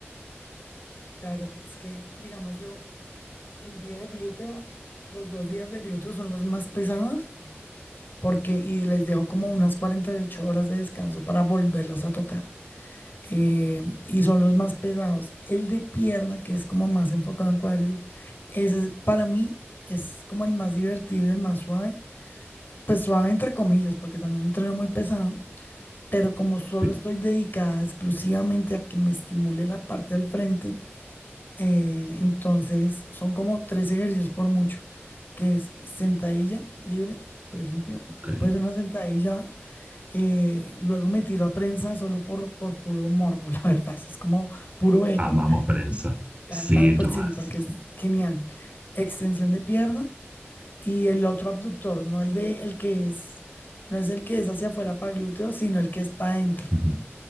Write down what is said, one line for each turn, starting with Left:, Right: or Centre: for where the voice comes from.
Left: Claro, es que, digamos, yo el día de glúteo, los dos días de glúteo son los más pesados porque y les dejo como unas 48 horas de descanso para volverlas a tocar. eh, y son los más pesados. El de pierna, que es como más enfocado en cuádriceps, ese es- para mí es como el más divertido y el más suave. Pues suave entre comillas, porque también lo entreno muy pesado, pero como solo
Right: Sí,
Left: estoy dedicada exclusivamente a que me estimule la parte del frente, eh, entonces, son como tres ejercicios por mucho, que es sentadilla libre, por ejemplo.
Right: ok.
Left: Puede ser una sentadilla, eh, luego me tiro a prensa solo por, por puro morbo, <laughs> la verdad, eso es como puro ego.
Right: Amamos prensa.
Left: Canta
Right: Sí, es
Left: por
Right: lo
Left: sí,
Right: más.
Left: porque es genial. Extensión de pierna y el otro abductor, no el de el que es, no es el que es hacia afuera para glúteos, sino el que es para adentro
Right: Ujú.